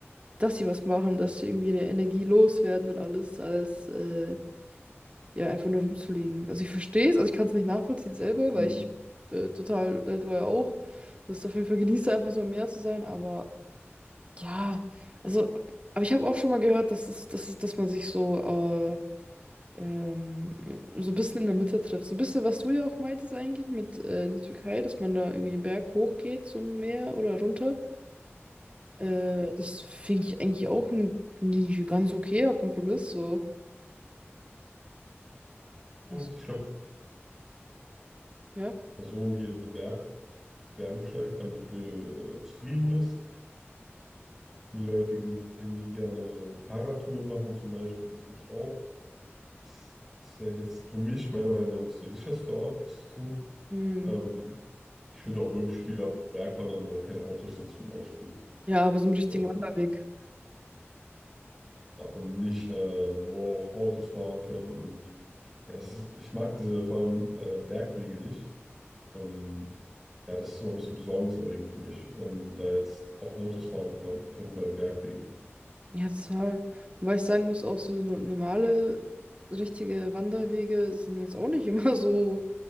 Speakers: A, on the right (about 30°); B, in the centre.
A: dass sie was machen, dass sie irgendwie ihre Energie loswerden und alles, als, äh, Ja, einfach nur rumzuliegen. Also ich verstehe es, also ich kann es nicht nachvollziehen selber, weil
B: Mhm.
A: ich äh, total, äh, du ja auch, das auf jeden Fall genieße einfach so im Meer zu sein, aber ja, also, aber ich habe auch schon mal gehört, dass das, dass, es- dass man sich so, äh, ähm, so ein bisschen in der Mitte trifft. So ein bisschen, was du ja auch meintest eigentlich mit äh, in der Türkei, dass man da irgendwie den Berg hochgeht zum Meer oder runter. Äh, das finde ich eigentlich auch ein, ein ganz okayer Kompromiss, so.
B: Und
A: Weißt
B: ich glaube,
A: du? Ja.
B: Person, die in den Berg, Bergen steigt, damit äh, zufrieden ist. Die Leute gesehen, die gerne so Fahrradtouren machen, zum Beispiel, das gibt es auch. Ist, ist vielleicht jetzt für mich, meiner Meinung nach, nicht der sicherste Ort, das zu tun.
A: Hm.
B: Ähm, ich würde auch wirklich lieber auf Berg wandern, wo auch keine Autos sind, zum Beispiel.
A: Ja, aber so einen
B: So,
A: richtigen Wanderweg.
B: ja, und nicht, äh, wo auch Autos fahren können. Und ja, es ist, ich mag diese vor allem äh, Bergwege nicht. Ähm, ja, das ist so ein bisschen besorgniserregend für mich, wenn da jetzt auch Autos fahren können, können bei Bergwegen.
A: Ja, total. Und weil ich sagen muss, auch so no- normale, richtige Wanderwege sind jetzt auch nicht <laughs> immer so,